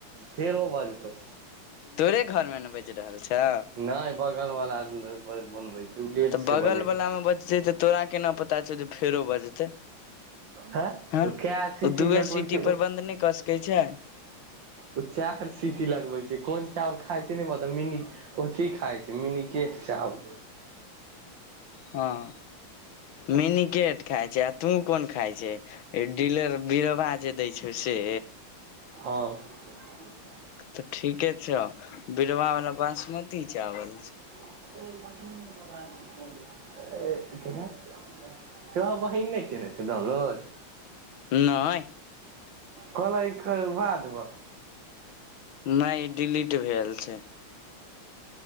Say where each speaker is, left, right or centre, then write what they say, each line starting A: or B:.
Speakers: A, on the right; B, on the left.
A: फेर भ जेतौ
B: तोरे घरमे ने बाजि रहल छौ
A: नहि बगल बालाद बनबै छै ओ लेटसँ
B: तऽ बगल
A: बनेलक
B: वला मे बजते तऽ तोरा केना पता छौ जे फेरो बजते
A: हँ
B: ह
A: ओ कए सीटी
B: ओ दूए
A: लगबै
B: सिटी
A: छै
B: पर बंद नहि कऽ सकैत छे
A: ओ चाउर सीटी लगबै छै कोन चाउर खााय छै ने मिनी ओथी खाइ छै मिनीकेट चाउर
B: हँ मिनिकेट खाय छै तू कोन खाय छै डीलर बिरबा जे दैय छौ से
A: हँ
B: तऽ ठीके छौ बिरवा वाला बासमती चावल
A: <unintelligible> तोरा बहिन नहि केने छै डाउनलोड
B: नये
A: कलैके खोलबा दैबे
B: नहि डिलीट भेल छै